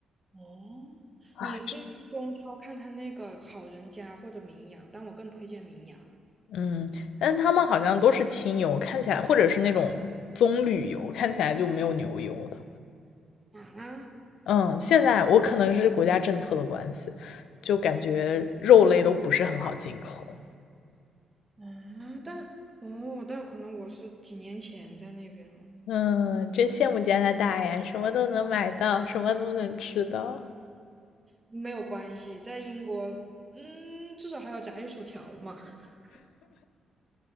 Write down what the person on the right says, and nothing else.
哦，你可以去中超看看那个好人家或者名扬，
但我更推荐名扬
啊
啊！但哦，但可能我是几年前在那边了，
没有关系，在英国，嗯，至少还有炸鱼薯条嘛，<laughs>